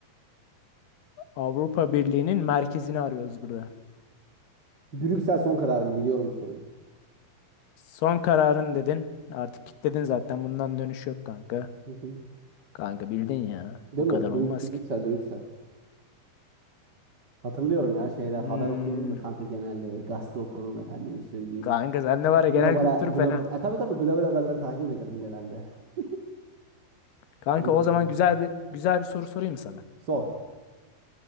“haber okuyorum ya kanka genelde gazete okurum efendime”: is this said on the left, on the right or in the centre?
Right